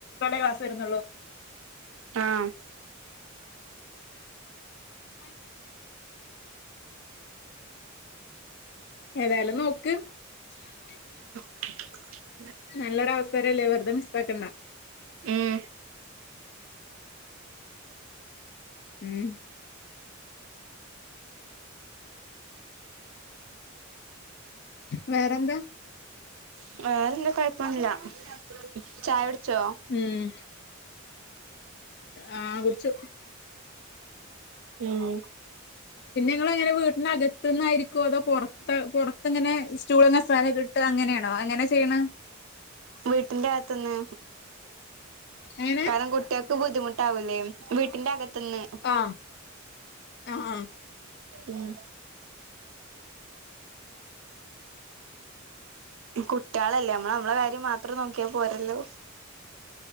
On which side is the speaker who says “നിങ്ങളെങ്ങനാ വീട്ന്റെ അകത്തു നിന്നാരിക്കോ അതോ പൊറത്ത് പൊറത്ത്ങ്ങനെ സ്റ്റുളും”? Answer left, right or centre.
Left